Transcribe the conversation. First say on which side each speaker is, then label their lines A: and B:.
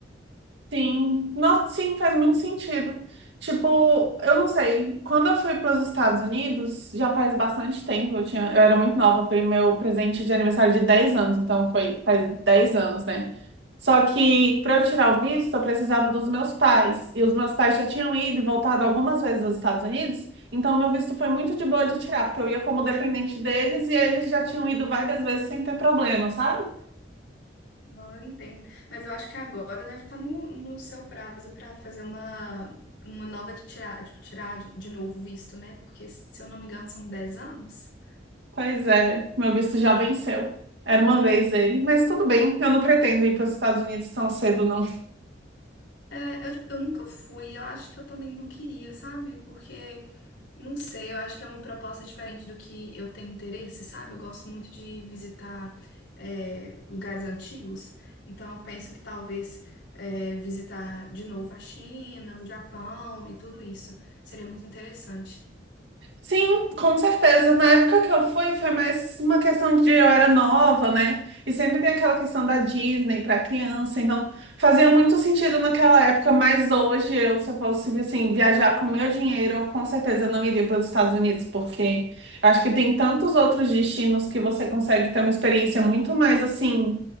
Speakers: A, on the right; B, on the left.
A: Sim, nossa, sim, faz muito sentido. Tipo, eu não sei, quando eu fui para os Estados Unidos, já faz bastante tempo, eu tinha, eu era muito nova, foi meu presente de aniversário de 10 anos, então foi faz 10 anos, né? Só que para eu tirar o visto, eu precisava dos meus pais, e os meus pais já tinham ido e voltado algumas vezes aos Estados Unidos, então meu visto foi muito de boa de tirar, porque eu ia como dependente deles e eles já tinham ido várias vezes sem ter problema, sabe?
B: Não, eu entendo. Mas eu acho que agora deve estar no, no seu prazo para fazer uma, uma nova tirada, tipo, tirar de de novo o visto, né? Porque, se eu não me engano, são 10 anos.
A: Pois é, meu visto já venceu. Era uma vez ele, mas tudo bem, eu não pretendo ir para os Estados Unidos tão cedo, não.
B: É, eu, tipo, eu nunca fui, eu acho que eu também não queria, sabe? Porque, não sei, eu acho que é uma proposta diferente do que eu tenho interesse, sabe? Eu gosto muito de visitar, é, lugares antigos, então eu penso que talvez, é, visitar de novo a China, o Japão e tudo isso seria muito interessante.
A: Sim, com certeza. Na época que eu fui, foi mais uma questão de eu era nova, né? E sempre tem aquela questão da Disney para criança, então fazia muito sentido naquela época, mas hoje eu, se eu fosse assim, viajar com o meu dinheiro, eu com certeza não iria para os Estados Unidos, porque eu acho que tem tantos outros destinos que você consegue ter uma experiência muito mais assim